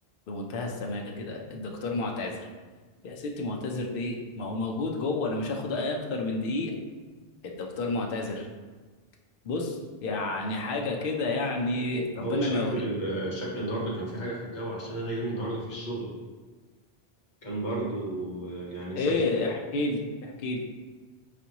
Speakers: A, on the left; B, on the left.
A: بمنتهى السماجه كده الدكتور معتذر يا ستي معتذر ليه ما هو موجود جوه انا مش هاخد اكتر من دقيقه الدكتور معتذر بص يعني حاجة كده يعني ربنا
B: هو شكل
A: ما يوري
B: ال- شكل النهارده كان في حاجه في الجو عشان انا يومي النهارده في الشغل كان برضو آه، يعني سيء
A: ايه احكي لي احكي لي